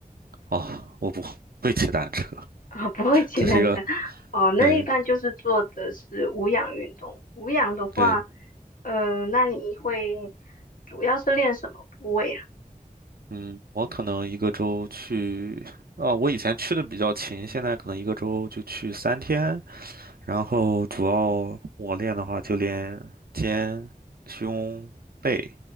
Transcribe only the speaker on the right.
哦，我不会骑单车，
这是一个，
对
对，
嗯，我可能一个周去，哦，我以前去的比较勤，现在可能一个周就去三天，然后主要我练的话就练肩、胸、背